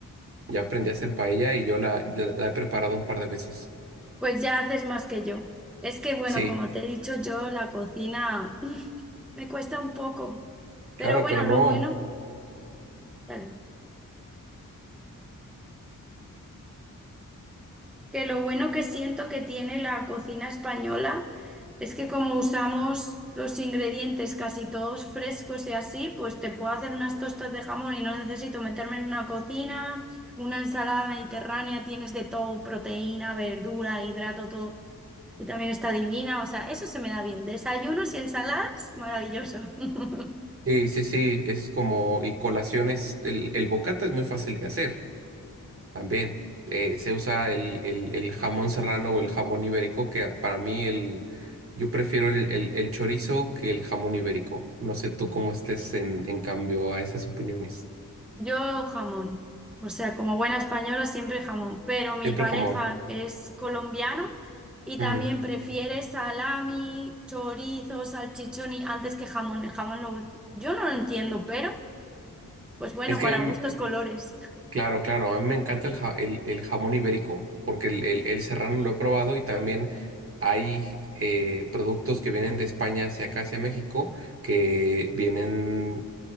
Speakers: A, on the right; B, in the centre.
A: Ya aprendí a hacer paella y yo la, la, la he preparado un par de veces.
B: Pues ya haces más que yo. Es que, bueno,
A: Sí,
B: como te he dicho, yo la cocina <laughs> me cuesta un poco. Pero
A: claro,
B: bueno,
A: pero no.
B: lo bueno, vale, que lo bueno que siento que tiene la cocina española es que como usamos los ingredientes casi todos frescos y así, pues te puedo hacer unas tostas de jamón y no necesito meterme en una cocina, una ensalada mediterránea, tienes de todo, proteína, verdura, hidrato, todo. Y también está divina, o sea, eso se me da bien. Desayunos y ensaladas, maravilloso. <laughs>
A: Sí, sí, sí, es como, y colaciones, el, el bocata es muy fácil de hacer también. Eh, se usa el, el, el jamón serrano o el jamón ibérico, que para mí el, yo prefiero el, el, el chorizo que el jamón ibérico. No sé tú cómo estés en, en cambio a esas opiniones.
B: Yo jamón, o sea, como buena española siempre jamón, pero mi
A: Siempre
B: pareja
A: jamón.
B: es colombiano y también
A: Mm.
B: prefiere salami, chorizo, salchichón y- antes que jamón, el jamón lo último. Yo no lo entiendo, pero pues bueno,
A: Es que,
B: para
A: mm,
B: gustos colores.
A: claro, claro, a mí me encanta el, ja- el, el jamón ibérico, porque el, el- el serrano lo he probado y también hay eh, productos que vienen de España hacia acá, hacia México, que vienen